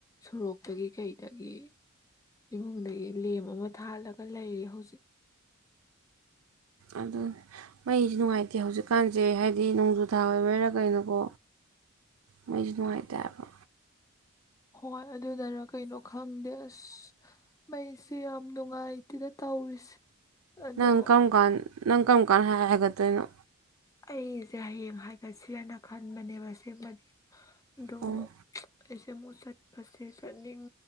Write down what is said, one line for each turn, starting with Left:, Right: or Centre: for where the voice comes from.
Left: ꯁꯣꯔꯣꯛꯇꯒꯤ ꯀꯩꯗꯒꯤ ꯏꯃꯨꯡꯗꯒꯤ ꯂꯦꯝ ꯑꯃ ꯊꯥꯜꯂꯒ ꯂꯩꯔꯤ ꯍꯧꯖꯤꯛ
Right: ꯑꯗꯨꯅꯤ ꯃꯩꯖꯤ ꯅꯨꯡꯉꯥꯏꯇꯦ ꯍꯧꯖꯤꯛꯀꯥꯟꯁꯦ ꯍꯥꯏꯗꯤ ꯅꯣꯡꯖꯨ ꯊꯥ ꯑꯣꯏꯕꯩꯔꯥ ꯀꯩꯅꯣꯀꯣ ꯃꯩꯖꯨ ꯅꯨꯡꯉꯥꯏꯇꯦ ꯍꯥꯏꯕ
Left: ꯍꯣꯏ ꯑꯗꯨꯅꯔ ꯀꯩꯅꯣ ꯈꯪꯗꯦ ꯑꯁ ꯃꯩꯁꯨ ꯌꯥꯝ ꯅꯨꯡꯉꯥꯏꯇꯦꯗ ꯇꯧꯔꯤꯁꯦ ꯑꯗꯣ
Right: ꯅꯪ ꯀꯔꯝ ꯀꯥꯟ ꯅꯪ ꯀꯔꯝ ꯀꯥꯟ ꯍꯥꯏ ꯍꯥꯏꯒꯠꯇꯣꯏꯅꯣ
Left: ꯑꯩꯁꯦ ꯍꯌꯦꯡ ꯍꯥꯏꯒꯠꯁꯤꯔꯅ ꯈꯟꯕꯅꯦꯕ ꯁꯦꯝꯃꯗꯤ ꯑꯗꯣ
Right: ꯎꯝ
Left: ꯑꯩꯁꯦ ꯑꯃꯨꯛ ꯆꯠꯄꯁꯦ ꯆꯠꯅꯤꯡ